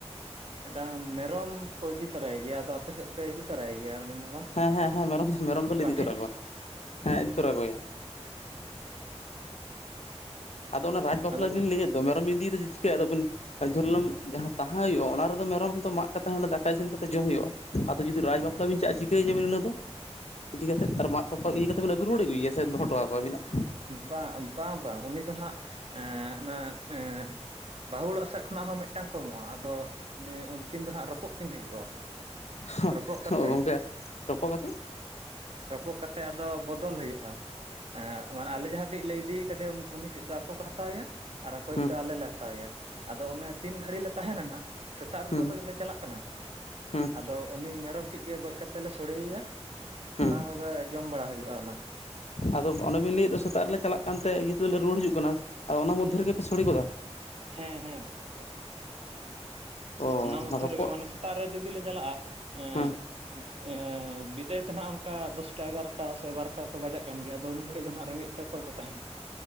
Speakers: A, on the right (about 60°); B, on the left (about 75°).
A: ᱢᱤᱫᱴᱟᱝ ᱢᱮᱨᱚᱢ ᱠᱚ ᱤᱫᱤ ᱛᱟᱨᱟᱭ ᱜᱮᱭᱟ ᱟᱫᱚ ᱟᱯᱮ ᱥᱮᱫ ᱯᱮ ᱤᱫᱤ ᱛᱚᱨᱟᱭ ᱜᱮᱭᱟ ᱟᱨ ᱩᱱᱤ ᱢᱮᱨᱚᱢ?
B: ᱦᱮᱸ ᱦᱮᱸ ᱦᱮᱸ ᱢᱮᱨᱚᱢ ᱫᱚ ᱢᱮᱨᱚᱢ ᱫᱚᱞᱮ
A: ᱯᱟᱹᱴᱷᱤ
B: ᱤᱫᱤ ᱛᱚᱨᱟ ᱠᱚᱣᱟ ᱦᱮᱸ ᱤᱫᱤ ᱛᱚᱨᱟ ᱠᱚᱜᱮᱭᱟ ᱟᱫᱚ ᱚᱱᱟ ᱨᱟᱡᱽ ᱵᱟᱯᱞᱟ
A: ᱟᱫᱚ
B: ᱵᱤᱱ ᱞᱟᱹᱭᱮᱫ ᱫᱚ ᱢᱮᱨᱚᱢᱤ ᱤᱫᱤᱭᱮᱫᱚ ᱪᱤᱠᱟᱹᱭ ᱟᱫᱚᱵᱤᱱ <unintelligible> ᱡᱟᱦᱟᱸ ᱛᱟᱦᱟᱸ ᱦᱳᱭᱳᱜᱼᱟ, ᱚᱱᱟ ᱨᱮᱫᱚ ᱢᱮᱨᱚᱢ ᱫᱚ ᱢᱟᱜ ᱠᱟᱛᱮ ᱦᱟᱸᱰᱮ ᱫᱟᱠᱟ ᱤᱥᱤᱱ ᱠᱟᱛᱮᱫ ᱡᱚᱢ ᱦᱳᱭᱳᱜᱼᱟ ᱟᱫᱚ ᱡᱩᱫᱤ ᱨᱟᱡᱽ ᱵᱟᱯᱞᱟ ᱵᱤᱱ ᱪᱟᱼᱟ ᱪᱤᱠᱟᱹᱭᱟ ᱵᱤᱱ ᱤᱱ ᱦᱤᱞᱟᱹᱜ ᱫᱚ ᱤᱫᱤ ᱠᱟᱛᱮᱫ ᱟᱨ ᱢᱟᱜ ᱛᱚᱯᱟᱜ ᱤᱫᱤ ᱠᱟᱛᱮ ᱛᱮ ᱵᱮᱱ ᱟᱹᱜᱩ ᱨᱩᱭᱟᱹᱲ ᱟᱹᱜᱩᱭᱮᱭᱟ ᱥᱮ ᱫᱚᱦᱚ ᱴᱚ ᱠᱚᱣᱟ ᱵᱤᱱ ᱱᱟᱜ
A: ᱵᱟᱝ ᱵᱟᱝ ᱵᱟᱝ ᱩᱱᱤ ᱫᱚ ᱱᱟᱜ ᱮᱸ <unintelligible> ᱴᱦᱟᱱᱟ ᱮᱸ ᱵᱟᱹᱦᱩ ᱚᱲᱟᱜ ᱥᱮᱫ ᱠᱷᱚᱱᱟᱜ ᱦᱚᱸ ᱢᱤᱫᱴᱟᱝ ᱠᱚ ᱮᱢᱚᱜᱼᱟ ᱟᱫᱚ ᱩᱱᱮ ᱩᱱᱠᱤᱱ ᱫᱚ ᱦᱟᱸᱜ ᱨᱚᱯᱩᱚᱜ ᱠᱤᱱ ᱦᱩᱭᱩᱜᱼᱟ
B: <unintelligible>
A: ᱨᱚᱯᱚᱜ ᱠᱟᱛᱮ
B: ᱜᱚᱝᱠᱮ ᱨᱚᱯᱚᱜ ᱠᱟᱛᱮᱫ?
A: ᱨᱚᱯᱚᱜ ᱠᱟᱛᱮᱜ ᱟᱫᱚ ᱵᱚᱫᱚᱞ ᱦᱩᱭᱩᱜᱼᱟ, ᱮᱸ ᱢᱟᱱᱮ ᱟᱞᱮ ᱡᱟᱦᱟᱸᱭᱴᱷᱤᱡ ᱞᱮ ᱤᱫᱤ ᱠᱟᱫᱮᱭᱟ ᱩᱱᱤᱴᱮᱡ ᱫᱚ ᱟᱠᱚ ᱠᱚ ᱦᱟᱛᱟᱣᱮᱭᱟ ᱟᱨ ᱟᱠᱚᱭᱤᱡ
B: ᱦᱩᱸ
A: ᱫᱚ ᱟᱞᱮ ᱞᱮ ᱦᱟᱛᱟᱣᱮᱭᱟ ᱟᱫᱚ ᱚᱱᱮ ᱛᱤᱱ ᱜᱷᱟᱹᱲᱤ ᱞᱮ ᱛᱟᱦᱮᱱᱟ ᱱᱟᱜ ᱥᱮᱛᱟᱜ ᱨᱮᱫᱚ
B: ᱦᱩᱸ
A: ᱛᱮᱞᱮ ᱪᱟᱞᱟᱜ ᱠᱟᱱᱟ,
B: ᱦᱩᱸ
A: ᱟᱫᱚ ᱩᱱᱤ ᱢᱮᱨᱚᱢ ᱴᱤᱡ ᱜᱮ ᱜᱚᱡ ᱠᱟᱛᱮ ᱞᱮ ᱥᱳᱚᱲᱮᱭᱮᱭᱟ
B: ᱦᱩᱸ
A: ᱚᱱᱟ ᱠᱚᱜᱮ ᱡᱚᱢ ᱵᱟᱲᱟ ᱦᱩᱭᱩᱜᱼᱟ ᱚᱱᱟ ᱠᱚ
B: ᱟᱫᱚ ᱚᱱᱮ ᱵᱮᱱ ᱞᱟᱹᱭᱮᱫ ᱫᱚ ᱥᱮᱛᱟᱜ ᱨᱮᱞᱮ ᱪᱟᱞᱟᱜ ᱠᱟᱱᱟ ᱛᱮ ᱤᱭᱟᱹ ᱛᱮᱞᱮ ᱨᱩᱣᱟᱹᱲ ᱦᱤᱡᱩᱜ ᱠᱟᱱᱟ, ᱟᱫᱚ ᱚᱱᱟ ᱢᱚᱫᱽᱫᱷᱮ ᱨᱮᱜᱮᱯᱮ ᱥᱨᱲᱮ ᱜᱚᱫᱟ?
A: ᱦᱮᱸ ᱦᱮᱸᱜᱚᱝᱠᱮ,
B: ᱚ
A: ᱚᱱᱟ ᱢᱚᱫᱽᱫᱷᱮ
B: ᱨᱚᱯᱚᱜ
A: ᱨᱮᱜᱮ ᱢᱟᱱᱮ <unintelligible> ᱨᱮ ᱡᱩᱫᱤ ᱞᱮ ᱪᱟᱞᱟᱜᱼᱟ ᱮᱸ
B: ᱦᱮᱸ
A: ᱮᱸ ᱵᱤᱫᱟᱹᱭ ᱛᱮ ᱱᱟᱜ ᱚᱱᱠᱟ ᱫᱚᱥᱴᱟ ᱮᱜᱟᱨᱚᱴᱟ ᱥᱮ ᱵᱟᱨᱚᱴᱟ ᱠᱚ ᱵᱟᱡᱟᱜ ᱠᱟᱱ ᱜᱮᱭᱟ ᱟᱫᱚ ᱩᱱ ᱜᱷᱟᱹᱲᱤᱡ ᱫᱚ ᱱᱟᱜ ᱨᱮᱸᱜᱮᱡ ᱛᱮ ᱚᱠᱚᱭ ᱠᱚ ᱛᱟᱦᱮᱱ <unintelligible>